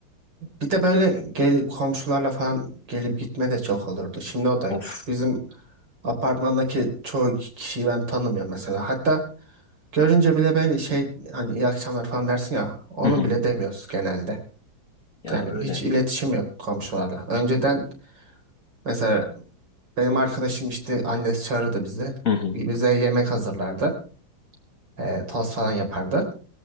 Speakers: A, on the right (about 60°); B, on the left (about 45°).
A: Bir de böyle gel, komşularla falan gelip gitme de çok olurdu. Şimdi o da yok.
B: Of.
A: Bizim apartmandaki çoğu kişiyi ben tanımıyorum mesela. Hatta görünce bile böyle şey hani iyi akşamlar falan dersin ya. Onu
B: Hı hı.
A: bile demiyoruz genelde.
B: Ya
A: Yani
B: öyle.
A: hiç iletişim yok komşularla. Önceden mesela benim arkadaşım işte annesi çağırırdı bizi.
B: Hı hı.
A: Bize yemek hazırlardı. Ee, tost falan yapardı.